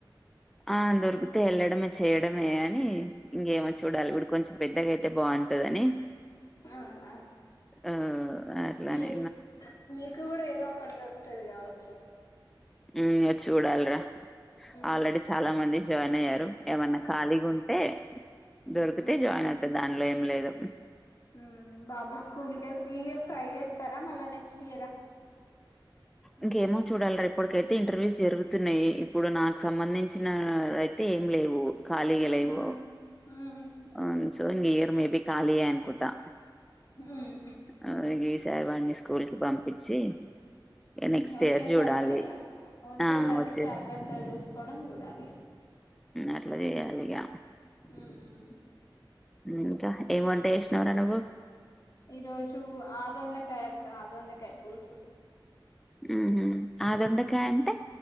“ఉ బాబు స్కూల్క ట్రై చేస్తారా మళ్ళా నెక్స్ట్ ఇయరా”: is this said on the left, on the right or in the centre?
Left